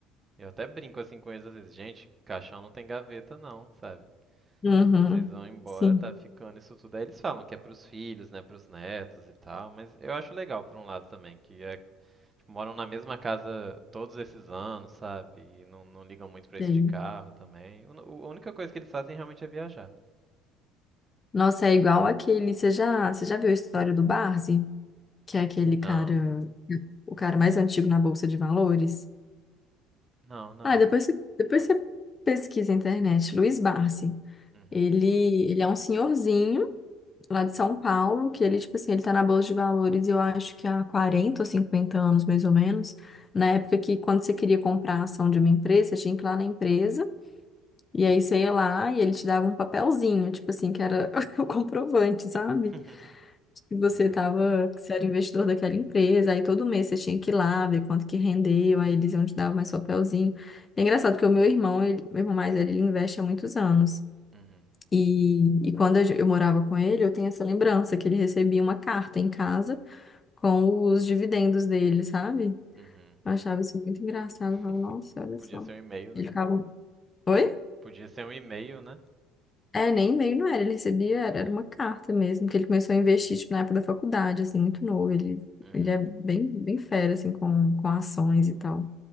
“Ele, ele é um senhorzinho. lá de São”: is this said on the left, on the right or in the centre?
Left